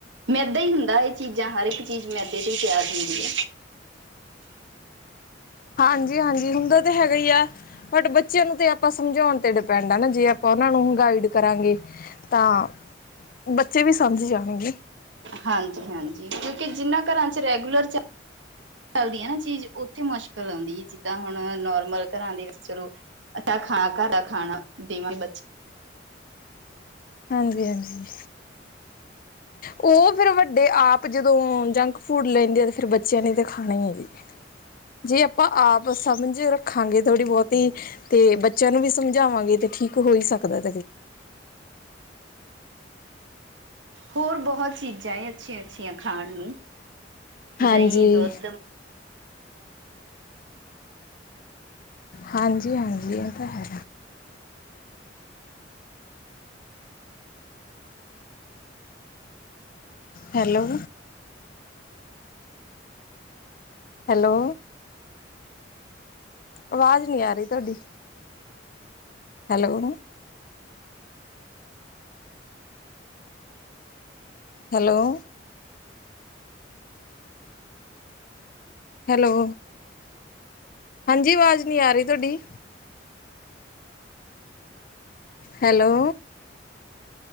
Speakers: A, on the right; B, on the left.
A: ਮੇਦਾ ਹੀ ਹੁੰਦਾ ਏਹ ਚੀਜ਼ਾਂ, ਹਰ ਇੱਕ ਚੀਜ਼ ਮੈਦੇ ਤੋਂ ਈ ਤਿਆਰ ਹੁੰਦੀ ਐ।
B: ਹਾਂਜੀ ਹਾਂਜੀ, ਹੁੰਦਾ ਤਾਂ ਹੈਗਾ ਈ ਐ। ਬਟ ਬੱਚਿਆਂ ਨੂੰ ਤੇ ਅਪਾਂ ਸਮਝਾਣ ਤੇ ਡਿਪੈਂਡ ਆ ਨਾ ਜੇ ਆਪਾਂ ਔਨਾਂ ਨੂੰ ਗਾਈਡ ਕਰਾਂਗੇ। ਤਾਂ ਬੱਚੇ ਵੀ ਸਮਝ ਜਾਣਗੇ।
A: ਹਾਂਜੀ ਹਾਂਜੀ, ਕਿਉਂਕਿ ਜਿੰਨਾਂ ਘਰਾਂ ਚ ਰੈਗੂਲਰ ਚ ਚੱਲਦੀ ਐ ਨਾ ਚੀਜ਼ ਔਥੇ ਮੋਸ਼ਕਿਲ ਔੰਦੀ ਏ, ਜਿੱਦਾਂ ਹੁਣ ਨੋਰਮਲ ਘਰਾਂ ਦੇ ਵਿੱਚ ਚਲੋ ਅਤਾ ਖਾ ਕਾ ਦਾ ਖਾਣਾ ਦੀਵੀ ਬੱਚ
B: ਹਾਂਜੀ ਹਾਂਜੀ ਉਹ ਫਿਰ ਵੱਡੇ ਆਪ ਜਦੋਂ ਜੰਕ ਫੂਡ ਲੈਂਦੇ ਆ ਤੇ ਫਿਰ ਬੱਚਿਆਂ ਨੇ ਤਾਂ ਖਾਣਾ ਹੀ ਹੈ ਜੀ ਜੇ ਆਪਾਂ ਆਪ ਸਮਝ ਰੱਖਾਂਗੇ ਥੋੜੀ ਬਹੁਤੀ ਤੇ ਬੱਚਿਆਂ ਨੂੰ ਵੀ ਸਮਝਾਵਾਂਗੇ ਤੇ ਠੀਕ ਹੋ ਹੀ ਸਕਦਾ
A: ਹੋਰ ਬਹੁਤ ਚੀਜ਼ਾਂ ਏ ਅੱਛੀਆਂ ਅੱਛੀਆਂ ਖਾਣ ਨੂੰ
B: ਹਾਂਜੀ,
A: ਦਹੀਂ ਦੁੱਧ
B: ਹਾਂਜੀ ਹਾਂਜੀ ਇਹ ਤਾਂ ਹੈ ਹੈਲੋ ਹੈਲੋ ਆਵਾਜ਼ ਨਹੀਂ ਆ ਰਹੀ ਤੁਹਾਡੀ ਹੈਲੋ ਹੈਲੋ ਹੈਲੋ ਹਾਂਜੀ ਆਵਾਜ਼ ਨਹੀਂ ਆ ਰਹੀ ਤੁਹਾਡੀ hello